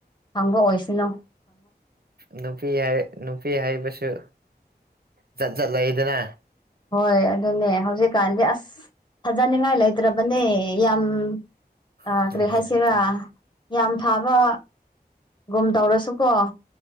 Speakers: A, on the left; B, on the right.
A: ꯐꯪꯕ ꯑꯣꯏꯁꯅꯣ
B: ꯎ ꯅꯨꯄꯤ ꯅꯨꯄꯤ ꯍꯥꯏꯕꯁꯨ ꯖꯥꯠ ꯖꯥꯠ ꯂꯩꯗꯅ
A: ꯍꯣꯏ ꯑꯗꯨꯅꯦ ꯍꯧꯖꯤꯛꯀꯥꯟꯗꯤ ꯑꯁ ꯊꯥꯖꯅꯤꯡꯉꯥꯏ ꯂꯩꯇ꯭ꯔꯕꯅꯦ ꯌꯥꯝ ꯑꯥ
B: ꯑꯗꯨꯅꯦ
A: ꯀꯔꯤ ꯍꯥꯏꯁꯤꯔꯥ
B: ꯑꯗꯨꯅꯦ
A: ꯌꯥꯝ ꯐꯥꯕ ꯒꯨꯝ ꯇꯧꯔꯁꯨꯀꯣ